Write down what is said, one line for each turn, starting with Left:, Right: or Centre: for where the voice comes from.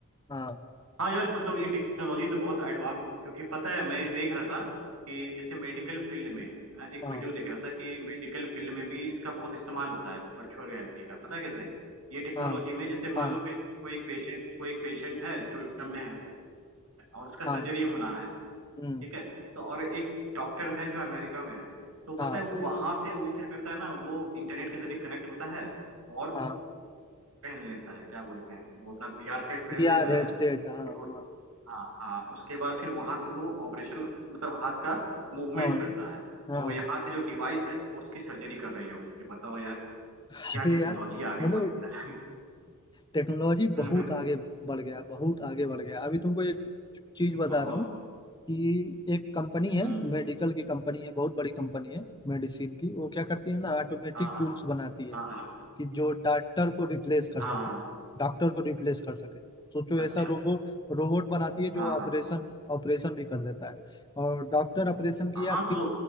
Left: हाँ
Right: हाँ यार मतलब ये टेक्नोलॉजी तो बहुत एडवांस है क्योंकि पता है मैं देख रहा था कि जैसे मेडिकल फील्ड में हाँ, एक
Left: हाँ
Right: वीडियो देख रहा था कि मेडिकल फील्ड में भी इसका बहुत इस्तेमाल होता है वर्चुअल रियलिटी का पता है कैसे ये टेक्नोलॉजी
Left: हाँ
Right: में जैसे मान
Left: हाँ
Right: लो कि कोई एक पेशेंट कोई एक पेशेंट है जो इंडिया में है और उसका सर्जरी
Left: हाँ
Right: होना है
Left: हम्म
Right: ठीक है तो और एक डॉक्टर है जो अमेरिका में है तो
Left: हाँ
Right: पता है वो वहां से वो क्या करता है ना वो इंटरनेट के जरिए कनेक्ट होता है और
Left: हाँ
Right: पहन लेता है क्या बोलते हैं वो अपना वीआर सेट पहन
Left: बी
Right: लेता
Left: आर हेडसेट
Right: है
Left: हाँ
Right: फिर वो
Left: हाँ
Right: हाँ हाँ उसके बाद फिर वहां से वो ऑपरेशन मतलब हाथ का मूवमेंट
Left: हाँ
Right: करता है
Left: हाँ
Right: और वो यहाँ से जो डिवाइस है वो उसकी सर्जरी कर रही होती है बताओ यार
Left: अरे
Right: क्या टेक्नोलॉजी
Left: यार
Right: आगे
Left: मतलब
Right: बढ़ गया है।
Left: टेक्नोलॉजी
Right: <laughs>
Left: बहुत आगे बढ़ गया बहुत आगे बढ़ गया अभी तुमको एक चीज बता
Right: और
Left: रहा हूँ कि एक कंपनी है
Right: हम्म
Left: मेडिकल की कंपनी है बहुत बड़ी कंपनी है मेडिसिन की वो क्या करती है ना ऑटोमेटिक
Right: हाँ हाँ
Left: टूल्स बनाती है
Right: हाँ हाँ
Left: कि जो डॉक्टर को रिप्लेस कर
Right: हाँ
Left: सके
Right: हाँ,
Left: डॉक्टर को रिप्लेस कर सके सोचो
Right: अच्छा
Left: ऐसा रोबोट रोबोट बनाती
Right: हाँ
Left: है जो ऑपरेशन
Right: हाँ
Left: ऑपरेशन भी कर देता है और डॉक्टर ऑपरेशन किया
Right: हाँ तो